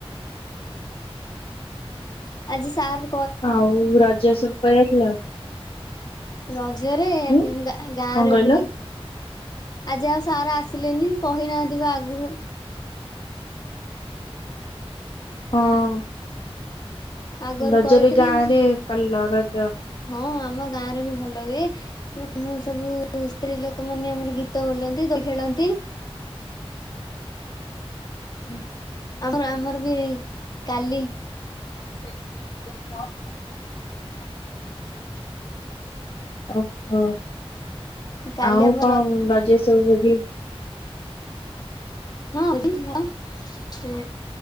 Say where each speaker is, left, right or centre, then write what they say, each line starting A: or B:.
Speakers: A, on the left; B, on the left.
A: ଆଜି ସାର
B: ଆଉ ରଜ ସବୁ ପାଳି ଥିଲ?
A: ରଜ ଜରେ
B: ହୁଁ
A: ହେ ମୁଁ ଗାଁ ଗାଁ
B: କଣ
A: ରେ
B: କହିଲ
A: ବୁଲି ଆଜି ଆଉ ସାର ଆସିଲେନି କହି ନାହାନ୍ତିି ବି ଆଗୁରୁ
B: ହଁ
A: ଆଗରୁ
B: ରଜରେ
A: କହିଥିଲେ
B: ଗାଁରେ ପାଲିଲ ର ଜ
A: ହଁ ଆମ ଗାଁରେ ବି ଭଲ ହୁଏ ଏଁ ସବୁ ସ୍ତ୍ରୀ ଲୋକ ମାନେ ଆମର ଗୀତ ବୋଲନ୍ତି ଦୋଳି ଖେଳନ୍ତି।
B: ହୁଁ
A: ଆଉ ଆମର ବି କାଲି
B: <inaudible> ଓ ହୋ
A: କାଲି
B: ଆଉ
A: ଆମ
B: କଣ ରଜ ରେ ସବୁ ବୁ
A: ହଁ <inaudible> ହୁଁ,